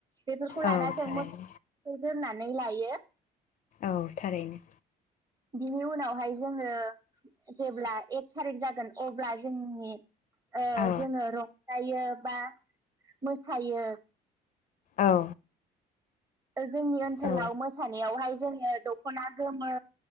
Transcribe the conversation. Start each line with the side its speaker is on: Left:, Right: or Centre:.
Right: बेफोरखौ लाना
Left: औ
Right: जों
Left: थारैनो
Right: मोसो दोननानै लायो
Left: औ थारैनो
Right: बिनि उनावहाय जों जेब्ला एक थारिक जागोन अब्ला जोंनि ओ
Left: औ
Right: जोङो रंजायो बा मोसायो
Left: औ
Right: जोंनि ओनसोलाव
Left: औ
Right: मोसानायावहाय जोङो दख'ना गोमो